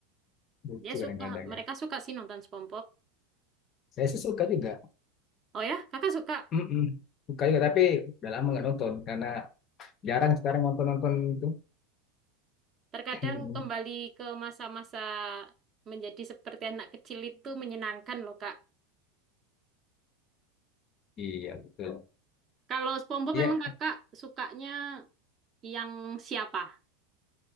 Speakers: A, on the left; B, on the right.
A: lucu
B: Dia
A: kadang-kadang
B: suka, mereka
A: ya.
B: suka sih nonton SpongeBob.
A: Saya sih suka juga.
B: Oh ya, Kakak suka.
A: Mm-mm. Suka juga, tapi udah lama nggak nonton karena jarang sekarang nonton-nonton itu.
B: Terkadang
A: Mm-mm.
B: kembali ke masa-masa menjadi seperti anak kecil itu menyenangkan loh Kak.
A: Iya, betul.
B: Kalau SpongeBob
A: Iya,
B: memang Kakak sukanya yang siapa?